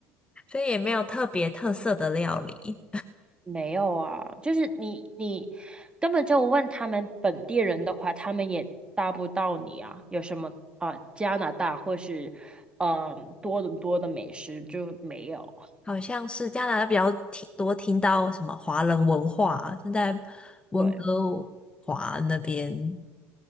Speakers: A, on the left; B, on the right.
A: 所以也没有特别特色的料理，
B: <laughs> 没有啊，就是你你根本就问他们本地人的话，他们也答不到你啊，有什么啊、呃加拿大或是嗯、呃多伦多的美食就没有，
A: <laughs> 好像是加拿大比较听多听到什么华人文化啊，正在温哥华那边。
B: 对